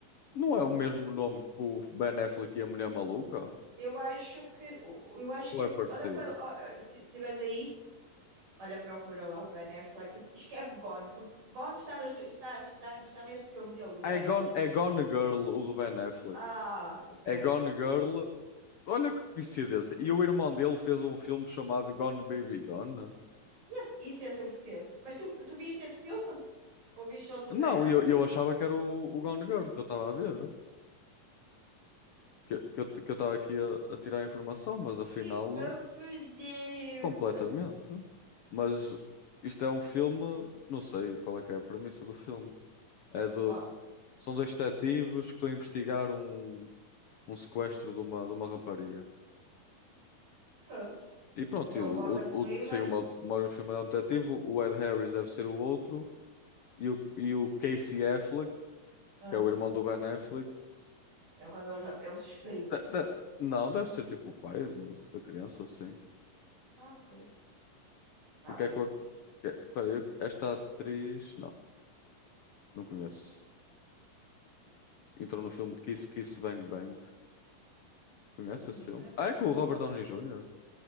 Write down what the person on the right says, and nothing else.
Eu acho que, eu acho que
esse,
olha para, ó, eh, se estiveres aí, olha, procura lá o Ben Affleck e escreve Gone, porque Gone está, nas du- está, está, está nesse filme dele, do Ben
Affleck.
Ah, ok.
E esse- Isso é sobre o quê? Mas tu, tu viste esse filme? Ou viste só do
Ben Affleck?
Que confusão!
meu.
Do
qual?
Pronto.
Que é
o
Morgan
Freeman.
Ah,
é o quando ele é o suspeito.
Ah, ok. Tá
bem.
Isso, menino,
é...
é-
não.